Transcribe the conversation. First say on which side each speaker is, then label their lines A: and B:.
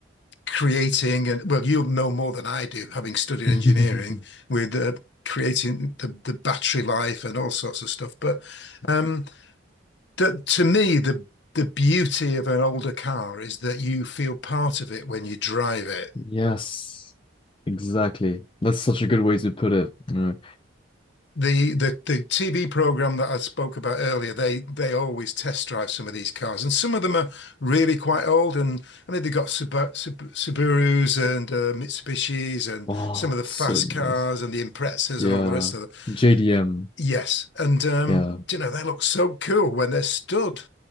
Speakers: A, on the left; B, on the left.
A: creating, and well, you'll know more than I do, having studied
B: <laughs>
A: engineering, with uh, creating the, the battery life and all sorts of stuff. But um, that to me, the the beauty of an older car is that you feel part of it when you drive it.
B: Yes, exactly. That's such a good way to put it. you know.
A: the the the TV program that I spoke about earlier, they they always test drive some of these cars, and some of them are really quite old. And I mean, they got Suba- Sub- Subarus and uh, Mitsubishis, and
B: Wow,
A: some of the
B: so
A: fast cars
B: nice.
A: and the Imprezas
B: Yeah,
A: and all the rest of it.
B: JDM.
A: Yes, and um,
B: Yeah,
A: you know they look so cool when they're stood.